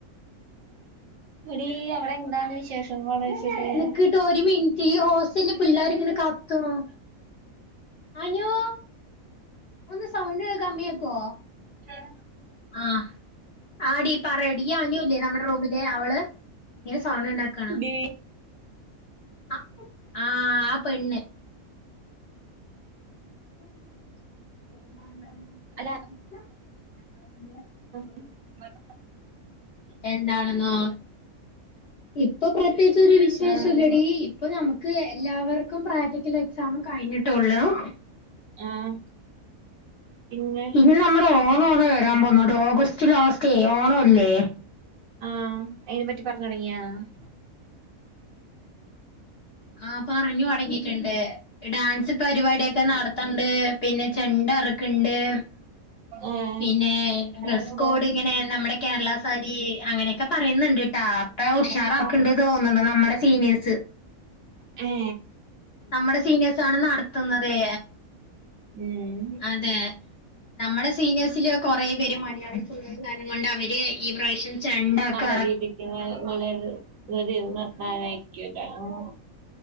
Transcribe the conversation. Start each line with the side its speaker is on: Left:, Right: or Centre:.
Right: എടി അവിടെ എന്താണ് വിശേഷം പോണ വെച്ചട്ട്-
Left: നിക്കിട്ടോ ഒരു മിനിറ്റ് ഈ ഹോസ്റ്റലില് പിള്ളേരിങ്ങനെ കത്തുണു അനു ഒന്ന് സൗണ്ട് കമ്മി ആക്കോ
Right: <inaudible>
Left: ആഹ് - ആടീപറയടി ഈ അനുല്ലേ നമ്മുടെ റൂമിലെ അവള്- ഇങ്ങനെ സൗണ്ട് ഉണ്ടാക്കാണ്
Right: ഡീ
Left: ആഹ് ആ പെണ്ണ്- <inaudible> <inaudible>
Right: അല്ല <inaudible>
Left: എന്താണെന്നോ ഇപ്പൊ പ്രത്യേകിച്ച്- വിശേഷല്ലടി
Right: ആഹ്
Left: ഇപ്പൊ നമുക്ക് എല്ലാവർക്കും പ്രാക്ടിക്കൽ എക്സാം കഴിഞ്ഞിട്ടള്ളു-
Right: ആഹ് പിന്നെ
Left: ഇനി നമ്മുടെ ഓണം ആണ് വരാൻ പോന്ന ഓഗസ്റ്റ് ലാസ്റ്റേ ഓണ അല്ലേ?
Right: ആഹ് അയിനെ പറ്റി പറഞ്ഞ തുടങ്ങിയാണ-
Left: ആഹ് പറഞ്ഞു തൊടങ്ങിയിട്ടുണ്ട് ഡാൻസ് പരിപാടിയൊക്കെ നടത്തണ്ട് പിന്നെ ചെണ്ട ഇറക്ക്ണ്ട്-
Right: ആഹ്
Left: പിന്നെ
Right: അതൊക്കെ
Left: ഡ്രസ്കോഡിങ്ങിനെ നമ്മുടെ കേരള കരീ അങ്ങനെക്കെ പറയുന്നുണ്ട് ട്ടാ അപ്പ ഉഷാറ്
Right: അതൊക്കെ പറഞ്ഞു
Left: ആക്ണ്ട് തോന്ന്ണ് നമ്മടെ സീനിയേഴ്സ്
Right: ഹേ
Left: നമ്മുടെ സീനിയെസാണ് നട്ത്ത്ന്നതെ
Right: ഉം
Left: അതെ നമ്മടെ സീനിയേസില് കുറേ പേര് തണുപ്പുള്ളത് കാരണം കൊണ്ട് അവര് ഈ പ്രാവശ്യം ചെണ്ടൊക്കെ
Right: നല്ല രീതിക്ക് വളര് <unintelligible> <unintelligible>